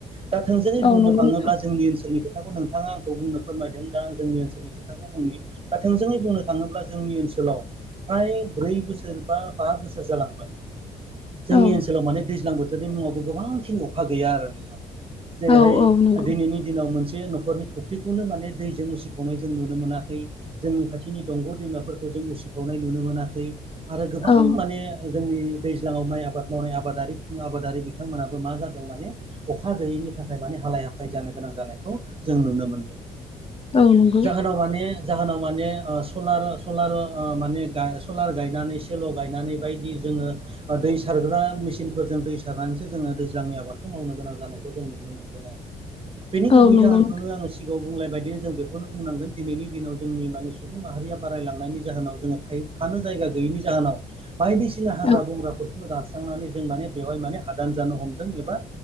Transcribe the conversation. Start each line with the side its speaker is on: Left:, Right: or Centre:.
Right: दा थोंजोङै
Left: औ
Right: बुंनो
Left: नंगौ
Right: थाङोब्ला
Left: नोंथां
Right: जोंनि ओनसोलनि खोथाखौ नोंथाङा आंखौ बुंनो फोरमायदों दा जोंनि ओनसोलनि खोथाखौ बुंनि दा थोंजोङै बुंनो थाङोब्ला जोंनि ओनसोलाव फ्राय ब्रै बोसोर बा बा बोसोर जालांबाय। जोंनि
Left: औ
Right: ओनसोलाव माने दैज्लां बोथोरनि मुङावबो गोबां खिनि अखा गैया आरो नोंथां। जेरैहाय
Left: औ औ नंगौ
Right: दिनैनि दिनाव मोनसे न'खरनि फुख्रिखौनो माने दैजों उसिखावनाय जों नुनो मोनाखै। जोंनि खाथिनि दंग' दैमाफोरखौ जों उसिफावनाय नुनो मोनाखै आरो गोबां
Left: औ
Right: माने जोंनि दैज्लाङाव माइ आबाद मावनाय आबादारि आबादारि बिथांमोनाबो मा जादों माने अखा गैयैनि नि थाखाय माने हालाय हाफाय जानो गोनां जानायखौ जों नुनो मोनदों।
Left: औ नंगौ
Right: जाहोनाव माने सोनाव माने ओ सलार सलार ओ माने गाय सलार गायनानैसो लगायनानै बायदि जोङो दै सारग्रा मेसिनफोरजों दै सारनानैसो जोङो दैज्लांनि आबादखौ मावनो गोनां जानायखौ जों नुनो मोन मोनदों आरो बेनि
Left: औ
Right: गुबै
Left: नंगौ
Right: जाहोनखौनो आङो सिगाङाव बुंलाय बायदिनो जों बेखौनो बुंनांगोन दिनैनि दिनाव जोंनि माने सुबुं माहारिया बारायलांनायनि जाहोनाव जोङो थाय-थानो जायगा गैयिनि जाहोनाव बायदिसिना हाग्रा
Left: औ
Right: बंग्राफोरखौनो दास स्रांनानै जों माने बेवहाय माने हादान जानो हमदों एबा